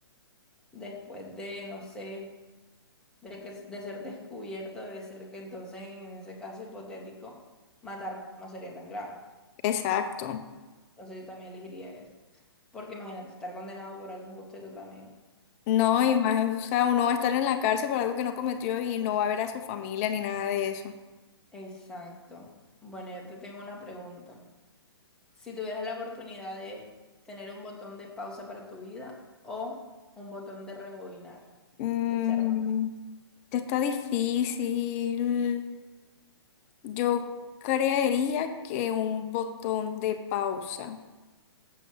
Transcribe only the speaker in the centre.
después de, no sé, de que, de ser descubierto, debe ser que entonces en ese caso hipotético, matar no sería tan grave.
Entonces yo también elegiría eso. Porque imagínate, estar condenado por algo injusto, eso también
es
Exacto. Bueno, yo te tengo una pregunta. Si tuvieras la oportunidad de tener un botón de pausa para tu vida o un botón de rebobinar,
de echar para... atrás.